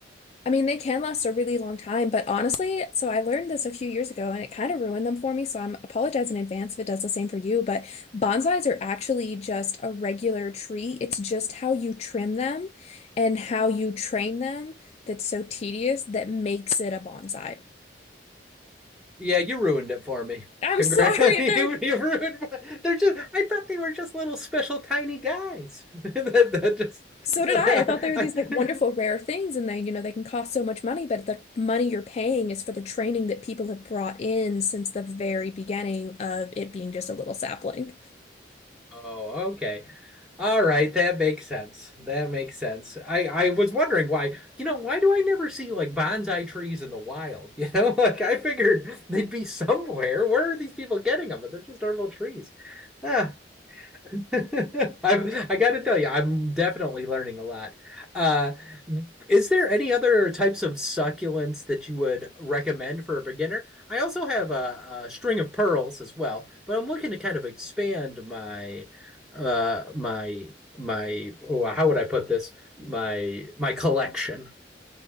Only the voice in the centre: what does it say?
Yeah, you ruined it for me.
Congrats.
<laughs> You,
you ruined my- they're just I thought they were just little special tiny guys. <laughs> That, that
just
<laughs>
Oh, okay. All right, that makes sense. That makes sense. I I was wondering why, you know, why do I never see like bonsai trees in the wild? <laughs> You know, like I figured they'd be somewhere. Where are these people getting them? But they're just normal trees. Ah, <laughs> I I got to tell you, I'm definitely learning a lot. Uh, is there any other types of succulents that you would recommend for a beginner? I also have a, a string of pearls as well, but I'm looking to kind of expand my uh my my oh, how would I put this? My my collection.